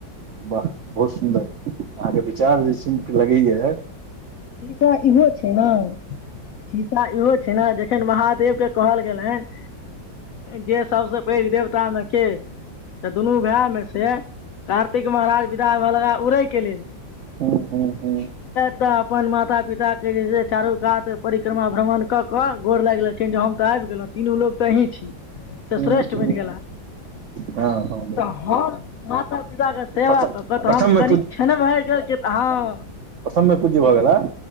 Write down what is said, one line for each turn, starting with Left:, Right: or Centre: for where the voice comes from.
Right: वाह बहुत सुन्दर अहाँके विचार जे सुनिके लगैया
Left: हिनका इहो छै न शीसा इहो छै ने जखन महादेव के कहल गेलेन जे सब से पहले देवता मे के तऽ दुनू भाय मे से कार्तिक महाराज विदा होऽ लगा उड़ै के लेल
Right: हँ हू हू
Left: ता अपन माता पिता के जे छै चारू कात परिक्रमा भ्रमण क के गोर लाग गेलखिन जे हम ते आबि गेलउ तीनू लोक तऽ अहीं छी तऽ
Right: हूँ
Left: श्रेष्ठ
Right: हूँ
Left: बनि गेला
Right: हँ हँ
Left: तऽ हम माता पिता के सेवा
Right: प्रथम
Left: क कह
Right: प्रथममे
Left: तऽ हम कनि छनबय स तऽ हँ
Right: प्रसन पूजी भ गेल